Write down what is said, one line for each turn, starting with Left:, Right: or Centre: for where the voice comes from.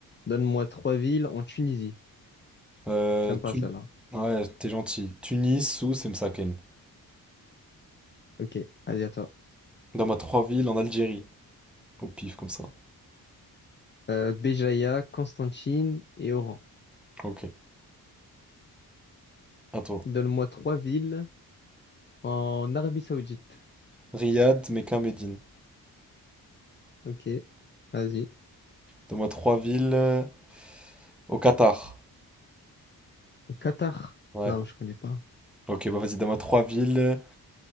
Left: Donne-moi trois villes en Tunisie.
Centre: Euh,
Left: J'aime pas
Centre: Tun-
Left: celle-là.
Centre: Ouais, t'es gentil. Tunis, Sousse et Msaken.
Left: Ok, allez, à toi.
Centre: Donne-moi trois villes en Algérie. Au pif, comme ça.
Left: Euh, Béjaïa, Constantine et Oran.
Centre: Ok, à toi.
Left: Donne-moi trois villes en Arabie Saoudite.
Centre: Riyad, Mecca, Médine.
Left: Ok, vas-y.
Centre: Donne-moi trois villes euh, au Qatar.
Left: Au Qatar.
Centre: Ouais.
Left: Non, mais je connais pas.
Centre: Ok, bah vas-y, donne-moi trois villes euh,